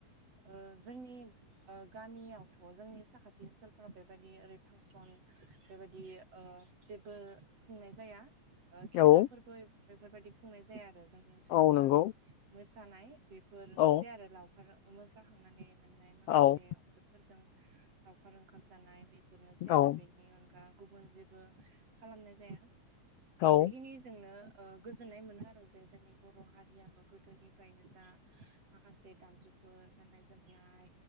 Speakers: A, on the right (about 50°); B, on the left (about 80°).
A: ओ जोंनि ओ गामियावथ' जोंनि साखाथि ओनसोलफोराव बेबायदि ओरै फांसन बेबायदि ओ जेबो खुंनाय जाया। ओ खेलाफोरबो
B: औ
A: बेफोरबादि खुंनाय जाया आरो जोंनि ओनसोलाव
B: औ नंगौ
A: जा मोसानाय बे फोरनोसै
B: औ
A: आरो लावखार मोसाखांनानै मोननाय माखासे
B: औ
A: फोरजों लावखार ओंखाम जानाय बेफोरनोसै
B: औ
A: आरो बेनि अनगा गुबुन जेबो खालामनाय जाया
B: औ
A: बेखिनिजोंनो ओ गोजोननाय मोनो आरो जे जोंनि बर' हारियाबो गोदोनिफ्रायनो जा माखासे दामजु फोर गान्नाय जोमनाय